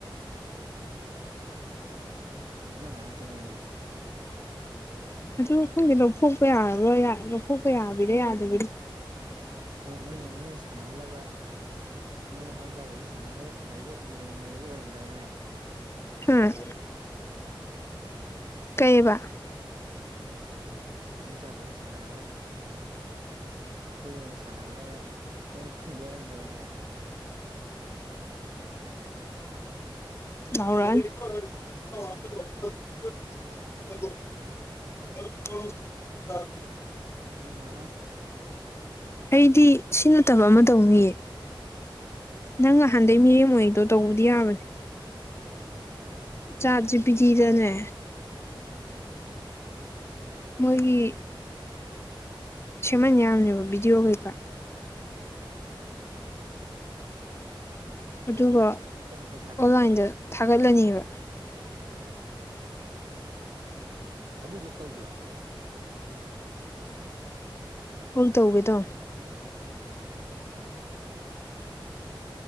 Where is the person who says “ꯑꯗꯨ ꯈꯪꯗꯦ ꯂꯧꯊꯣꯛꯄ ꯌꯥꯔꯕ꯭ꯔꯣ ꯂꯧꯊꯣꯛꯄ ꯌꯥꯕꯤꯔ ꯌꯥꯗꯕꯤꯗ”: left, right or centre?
Left